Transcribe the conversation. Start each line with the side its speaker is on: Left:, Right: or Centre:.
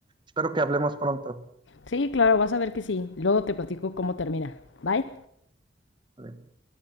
Right: Espero que hablemos pronto.
Left: Sí, claro, vas a ver que sí. Luego te platico cómo termina. Bye.
Right: Vale.